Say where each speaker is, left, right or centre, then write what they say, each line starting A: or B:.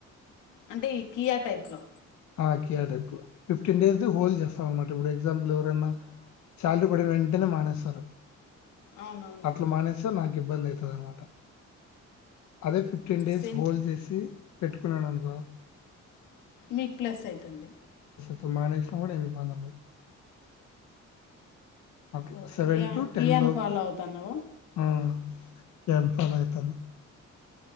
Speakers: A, on the left; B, on the left.
A: అంటే ఈ కియా టైప్ లో
B: ఆ కియా టైప్ లో ఫిఫ్టీన్ డేస్ ది హోల్డ్ జేస్తాం అన్మాట ఇబ్బుడు ఎగ్జాంపుల్ ఎవరైన స్యాల్రీ పడిన వెంటనే మానేస్తారు
A: అవునవును
B: అట్ల మానేస్తే నాకు ఇబ్బంది అయితాది అనమాట అదే ఫిఫ్టీన్ డేస్
A: సెంక్
B: హోల్ జేసి పెట్టుకునాన్ అన్కో
A: మీక్ ప్లస్ అయితుంది
B: వల్ మానేశ్న గుడ ఏం ఇబ్బంది ఉండదు అట్ల
A: ఓ
B: సెవెన్
A: కియా
B: టు
A: కియాని
B: టెన్ లోపు
A: ఫాలో అవుతున్నావా
B: ఆ యన్ఫామ్ అయితంది